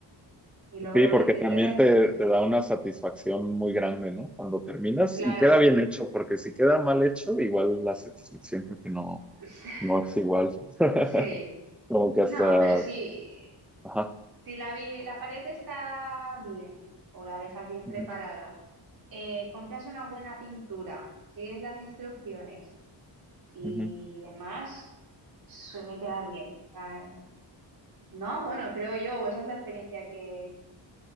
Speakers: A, on the right; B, in the centre.
A: Y luego
B: Sí,
A: lo
B: porque
A: bien que
B: también
A: queda, dices,
B: te, te da una satisfacción muy grande, ¿no? Cuando terminas
A: claro,
B: y queda bien hecho, porque si queda mal hecho, igual la satisfacción creo que no,
A: <laughs>
B: no es igual. <laughs>
A: sí.
B: Como que
A: No,
B: hasta...
A: pero sí,
B: Ajá.
A: si la, vi- la pared está bien o la dejas bien
B: Ujú,
A: preparada, eh, compras una buena pintura, sigues las instrucciones y
B: ujú.
A: demás, suele quedar bien. O sea, eh, no, bueno, creo yo, o esa es la experiencia que